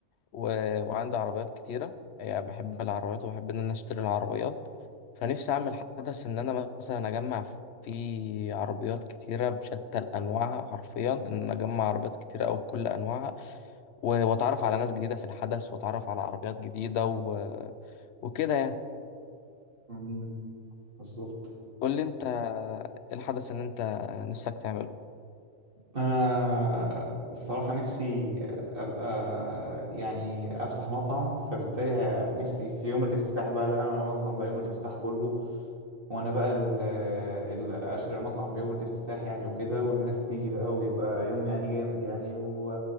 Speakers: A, on the left; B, on the right.
A: و... وعندي عربيات كتيره يعني بحب العربيات وبحب ان انا اشتري العربيات فنفسي اعمل حدث ان انا مثلا اجمع فيه عربيات كتيره بشتى انواعها حرفيا ان أنا اجمع عربيات كتيره او بكل انواعها و... واتعرف على ناس جديده في الحدث واتعرف على عربيات جديده و... وكده يعني
B: مم. بالظبط
A: قول لي انت إيه الحدث ان انت نفسك تعمله
B: انا الصراحة نفسي ابقى يعني افتح مطعم فبالتالي ه- نفسي في يوم الافتتاح بقى ده انا انظم بقى يوم الافتتاح كله وانا بقى اللي اشهر المطعم بيوم الافتتاح يعني وكده والناس تيجي بقى ويبقى يوم يعني جامد يعني و-